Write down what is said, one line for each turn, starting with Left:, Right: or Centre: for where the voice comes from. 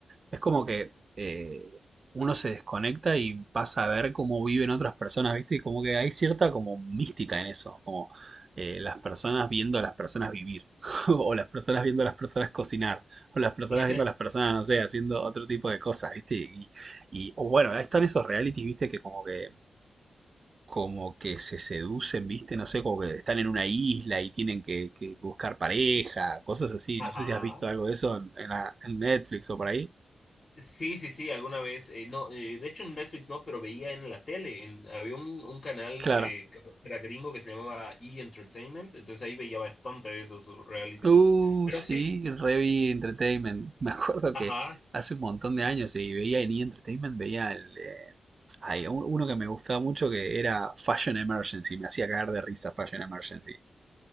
Right: Es como que eh, uno se desconecta y pasa a ver cómo viven otras personas, ¿viste? Y como que hay cierta como mística en eso, como eh, las personas viendo a las personas vivir, <laughs> o las personas viendo a las personas cocinar, o las personas
Left: <laughs>
Right: viendo a las personas, no sé, haciendo otro tipo de cosas, ¿viste? Y, y o bueno, ahí están esos realities, ¿viste? Que como que como que se seducen, ¿viste? No sé, como que están en una isla y tienen que, que buscar pareja, cosas así.
Left: Ajá.
Right: No sé si has visto algo de eso en, en la- en Netflix o por ahí.
Left: Sí, sí, sí, alguna vez, eh, no, eh, de hecho en Netflix no, pero veía en la tele, en, había un, un canal
Right: Claro.
Left: eh, creo que era gringo que se llamaba E! Entertainment, entonces ahí veía bastante de esos realities,
Right: Uh,
Left: pero
Right: sí,
Left: sí,
Right: Revi Entertainment. <laughs> Me acuerdo
Left: ajá.
Right: que hace un montón de años y veía en E! Entertainment, veía el, eh, ay, un- uno que me gustaba mucho que era Fashion Emergency. Me hacía cagar de risa Fashion Emergency.